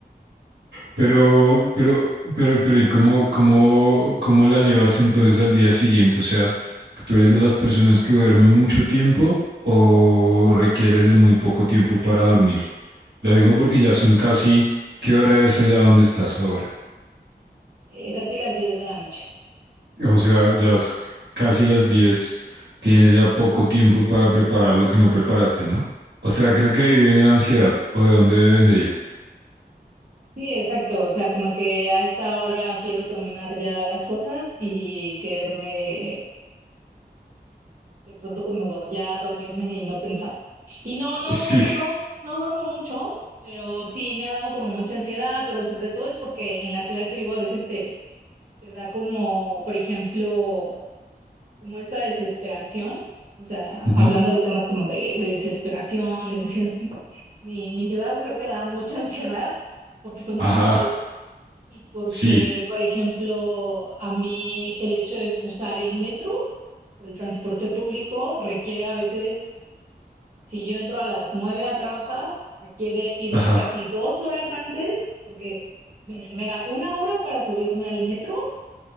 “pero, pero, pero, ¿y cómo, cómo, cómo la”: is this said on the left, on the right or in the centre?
Right